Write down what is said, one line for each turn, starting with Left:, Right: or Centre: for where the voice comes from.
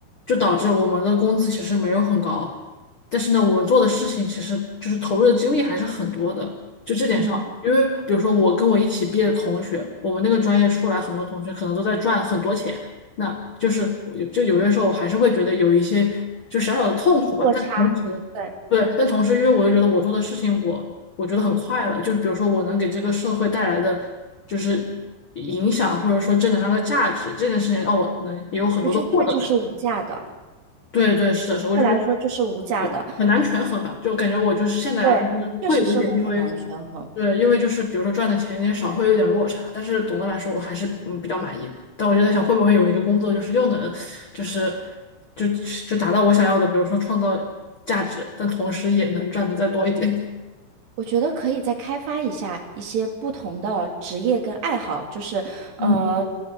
Left: 就导致我们的工资其实没有很高。但是呢，我们做的事情其实就是投入的精力还是很多的。就这点上，
Right: 嗯，
Left: 因为比如说我跟我一起毕业的同学，我们那个专业出来很多同学可能都在赚很多钱，那就是我有就有些时候我还是会觉得有一些就小小的痛苦吧。
Right: 落差，
Left: 但是同时，
Right: 对，
Left: 对，但同时因为我又觉得我做的事情我我觉得很快乐，就是比如说我能给这个社会带来的就是影响或者说正能量的价值这件事情，让我能也有很多的获得感。
Right: 我觉得这个就是无价的，
Left: 对对，是的，是的，我就觉得。
Right: 这来说就是无价的，
Left: 很很难权衡吧，就感觉我就是现在来说，
Right: 对，
Left: 就是会有一点，
Right: 确实是会很难权衡。
Left: 因为对，因为就是比如说赚的钱有点少，会有点落差，但是总的来说我还是嗯比较满意。但我就在想，会不会有一个工作，就是又能就是就就达到我想要的，比如说创造价值，但同时也能赚的再多一点。
Right: 我觉得可以再开发一下一些不同的职业跟爱好，就是呃，
Left: 嗯